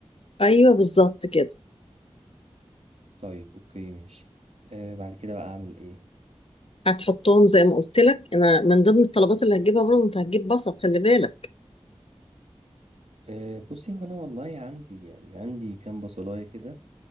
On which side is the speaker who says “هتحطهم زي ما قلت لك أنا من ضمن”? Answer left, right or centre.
Left